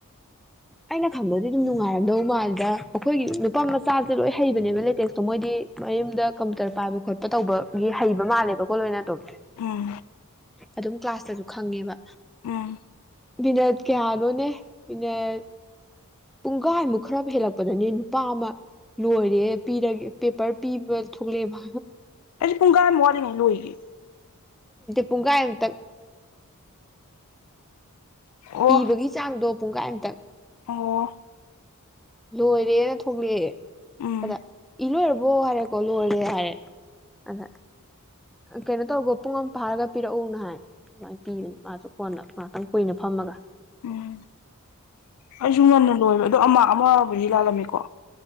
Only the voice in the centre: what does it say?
ꯑꯩꯅ ꯈꯪꯕꯗꯤ ꯑꯗꯨꯝ ꯅꯨꯡꯉꯥꯏꯔꯝꯗꯧ ꯃꯥꯜꯗ ꯑꯈꯣꯏꯒꯤ ꯅꯨꯄꯥ ꯃꯆꯥꯁꯦ ꯂꯣꯏ ꯍꯩꯕꯅꯦꯕ ꯂꯦꯇꯦꯁꯇꯣ ꯃꯣꯏꯗꯤ ꯃꯌꯨꯝꯗ ꯀꯝꯄꯨꯇꯔ ꯄꯥꯏꯕ ꯈꯣꯠꯄ ꯇꯧꯕꯒꯤ ꯍꯩꯕ ꯃꯥꯜꯂꯦꯕꯀꯣ ꯂꯣꯏꯅ ꯑꯗꯨꯝ
ꯑꯗꯨꯝ ꯀ꯭ꯂꯥꯁꯇꯁꯨ ꯈꯪꯉꯦꯕ
ꯃꯤꯅꯠ ꯀꯌꯥꯅꯣꯅꯦ ꯃꯤꯅꯠ ꯄꯨꯡꯒꯥꯏꯃꯨꯛ ꯈꯔ ꯍꯦꯜꯂꯛꯄꯗꯅꯦ ꯅꯨꯄꯥ ꯑꯃ ꯂꯣꯏꯔꯦ ꯄꯤꯔ ꯄꯦꯄꯔ ꯄꯤꯕ ꯊꯣꯛꯂꯛꯑꯦꯕ
ꯄꯨꯒꯥꯏꯝꯇꯪ
ꯏꯕꯒꯤ ꯆꯥꯡꯗꯣ ꯄꯨꯡꯒꯥꯏ ꯑꯝꯇꯪ
ꯂꯣꯏꯔꯦꯅ ꯊꯣꯂꯛꯑꯦ
ꯑꯗ ꯏꯂꯣꯏꯔ ꯕꯣ ꯍꯥꯏꯔꯦꯀꯣ ꯂꯣꯏꯔꯦ ꯍꯥꯏꯔꯦ ꯑꯗ ꯀꯩꯅꯣ ꯇꯧꯒꯣ ꯄꯨꯡ ꯑꯃ ꯐꯥꯔꯒ ꯄꯤꯔꯛꯎꯅ ꯍꯥꯏ ꯑꯗꯨꯃꯥꯏꯅ ꯄꯤꯕꯅꯤ ꯃꯥꯁꯨ ꯀꯣꯟꯅ ꯉꯍꯥꯛꯇꯪ ꯀꯨꯏꯅ ꯐꯝꯃꯒ